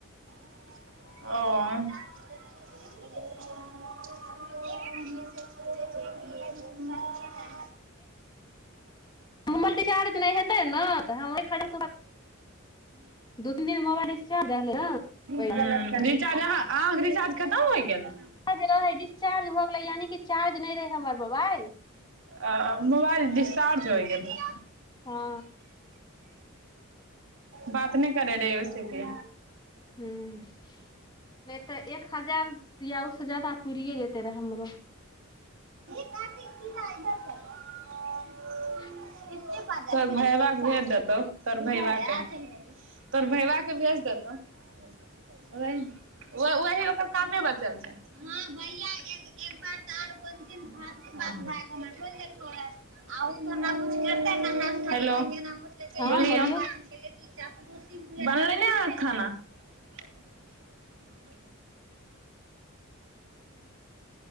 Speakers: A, on the right; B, on the left.
A: ओ <inaudible> ह -ह
B: मोबाइल चार्ज नहि हेतै ने तऽ हमरे खार दू तीन दिन मोबाइल
A: हुँ रिचार्ज हँ आहाँ के रिचार्ज खतम होइ गेल
B: रिचार्ज रहै डिस्चार्ज भ गेलै ल यानि कि चार्ज नहि रहै हमर मोबाइल
A: अ मोबाइल डस्चार्ज होइ गेलै
B: हँ
A: बात नहि करे रहे ओसे की
B: हँ नहि तऽ एक हजार दिआउस तो जादा पुररिए जेतै तरा हमरो
A: चाची सीमा इधर चलि एलै
B: <inaudible>
A: तोहर भैयबा भेज देतौ तोहर भैयबा के तोर भैयबा के भेज देत ओहि ओह ओकर कामे बचल छै हँ भैया एक एक बार आर भर <unintelligible> पुछले बोलियो छल हम पास
B: हँ
A: केलियै
B: बोलियौ
A: बनलै ने अहाँ के खाना